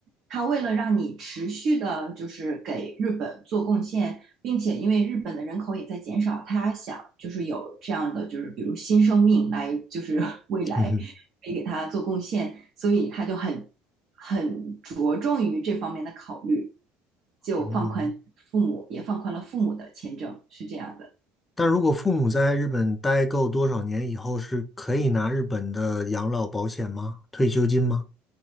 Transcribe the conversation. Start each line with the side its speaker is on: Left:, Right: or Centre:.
Right: 他为了让你持续的，就是给日本做贡献，并且因为日本的人口也在减少，他想就是有这样的，就是比如新生命来，就是 <laughs> 未来
Left: 嗯哼，
Right: 可以给他做贡献，所以他就很很着重于这方面的考虑，就放宽父母，
Left: 哦。
Right: 也放宽了父母的签证，是这样的。
Left: 但如果父母在日本待够多少年以后，是可以拿日本的养老保险吗？退休金吗？